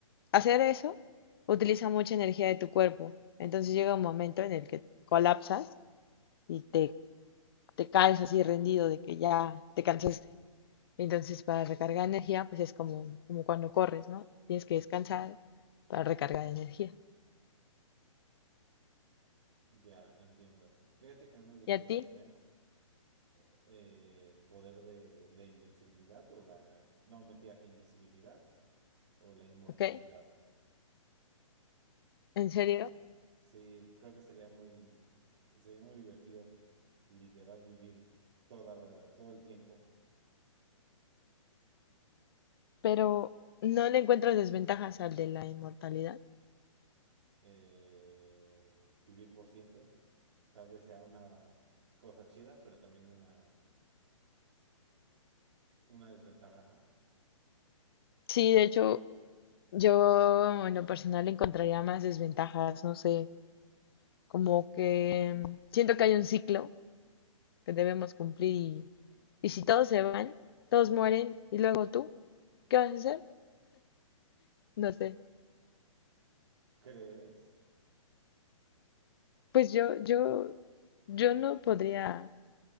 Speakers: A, on the left (about 45°); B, on the right (about 55°).
A: hacer eso, utiliza mucha energía de tu cuerpo. Entonces llega un momento en el que colapsas y te, te caes así rendido de que ya te cansaste. Entonces para recargar energía, pues es como, como cuando corres, ¿no? Tienes que descansar para recargar energía.
B: Ya, entiendo. Fíjate que no me gustaría
A: ¿Y a ti?
B: tener eh, eh, el poder de la invencibilidad o la... No, mentira, invisibilidad o la inmortalidad.
A: ¿Ok? ¿En serio?
B: Sí, creo que sería muy, sería muy divertido literal vivir toda la- todo el tiempo,
A: Pero no le encuentras desventajas al de la inmortalidad.
B: eh, vivir por siempre. Tal vez sea una cosa chida, pero también una, una desventaja, ¿no?
A: Sí, de hecho, Yo en lo personal le encontraría más desventajas, no sé, como que mm, siento que hay un ciclo que debemos cumplir y, y si todos se van, todos mueren y luego tú, ¿qué vas a hacer? No sé.
B: ¿Crees?
A: Pues yo, yo, yo no podría,